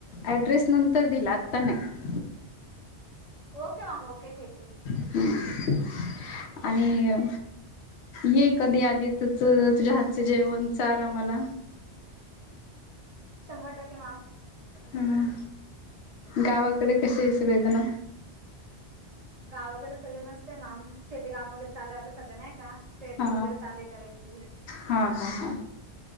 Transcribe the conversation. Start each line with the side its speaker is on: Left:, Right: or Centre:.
Left: ॲड्रेस नंतर दिल, आता नाही.
Right: ओ का, मॅम ओके ठीके.
Left: हम्म <inaudible> आणि अ ये कधी आली त- च तुझ्या हातचं जेवण चार आम्हाला.
Right: शंभर टक्के मॅम.
Left: हम्म, गावाकडे कसे आहे सगळेजण?
Right: गावाकडे सगळे मस्त आहे माम, शेती काम वगैरे चालू आहे आता सध्या नाही का? पेरणी
Left: हा
Right: वगैरे चालू आहे करायची.
Left: हा हा हा